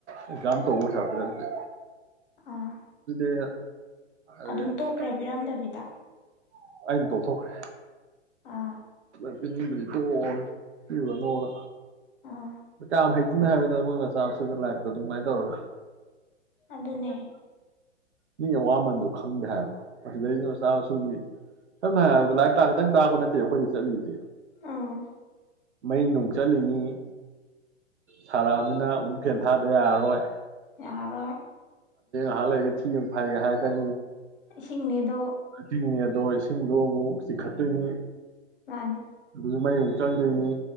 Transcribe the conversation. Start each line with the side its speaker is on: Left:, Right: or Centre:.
Right: ꯑꯦꯛꯖꯥꯝ ꯇꯧꯕ ꯄꯩꯁꯥ ꯄꯤꯔꯝꯗꯦ
Left: ꯑꯥ
Right: <inaudible>
Left: ꯑꯗꯨꯝ ꯇꯣꯛꯈ꯭ꯔꯦ ꯄꯤꯔꯝꯗꯕꯤꯗ
Right: ꯑꯩꯅ ꯇꯣꯛꯊꯣꯛꯈ꯭ꯔꯦ
Left: ꯑꯥ
Right: <inaudible> ꯄꯤꯅꯤꯡꯗ꯭ꯔꯥꯗꯤ ꯇꯣꯛꯑꯣꯅ ꯄꯤꯔꯨꯔꯥꯅꯣꯅ
Left: ꯑꯥ
Right: ꯀꯌꯥꯝ ꯍꯩꯗꯣꯏꯅꯣ ꯍꯥꯏꯕꯅꯤꯗ ꯃꯣꯏ ꯃꯆꯥ ꯃꯁꯨꯗꯣ ꯂꯥꯏꯔꯤꯛꯇꯣ ꯑꯗꯨꯃꯥꯏꯅ ꯇꯧꯔꯒ
Left: ꯑꯗꯨꯅꯦ
Right: ꯑꯗꯨꯅꯤ ꯃꯤ ꯑꯋꯥꯃꯟꯗꯣ ꯈꯪꯗꯦ ꯍꯥꯏꯕ ꯑꯗꯨꯗꯩꯗꯤ ꯃꯆꯥ ꯃꯁꯨꯒꯤ ꯁꯝꯅ ꯍꯥꯏꯔꯕꯗ ꯂꯥꯏꯔꯤꯛ ꯇꯥꯛ ꯈꯤꯇꯪ ꯇꯥꯛꯄ ꯅꯠꯇꯦ ꯑꯩꯈꯣꯏꯗꯤ ꯆꯠꯂꯤꯁꯦ
Left: ꯑꯥ
Right: ꯃꯩ ꯅꯨꯡ ꯆꯠꯂꯤꯅꯤ ꯁꯥꯔꯛꯑꯃꯤꯅ ꯑꯃꯨꯛ ꯐꯦꯟ ꯊꯥꯗ ꯌꯥꯔꯔꯣꯏ
Left: ꯌꯥꯔꯔꯣꯏ
Right: ꯉꯍꯥꯛ ꯂꯩꯔꯒ ꯊꯤ ꯑꯃꯨꯛ ꯐꯥꯏꯒꯦ ꯍꯥꯏꯔꯛꯀꯅꯤ
Left: ꯏꯁꯤꯡꯅꯤꯗꯣ
Right: <unintelligible> ꯗꯣ ꯏꯁꯤꯡꯗꯣ ꯑꯃꯨꯛ ꯆꯤꯡꯈꯠꯇꯨꯏꯅꯤ
Left: ꯃꯥꯅꯤ
Right: ꯑꯗꯨ ꯃꯩ ꯑꯃꯨꯛ ꯆꯪꯗꯨꯏꯅꯤ